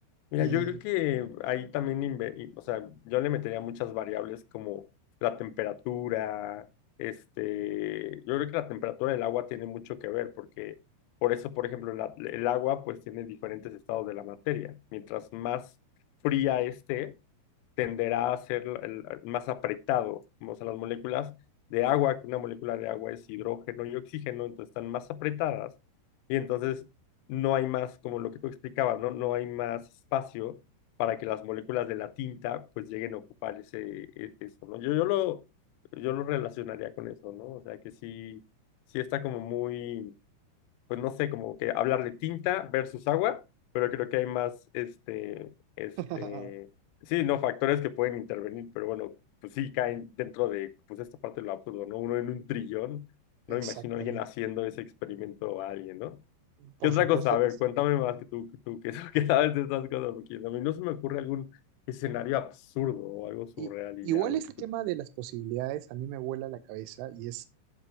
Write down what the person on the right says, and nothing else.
Y
<laughs>
exactamente,
por
supuesto
que sí.
Y
igual
este
tema de las posibilidades a mí me vuela la cabeza y es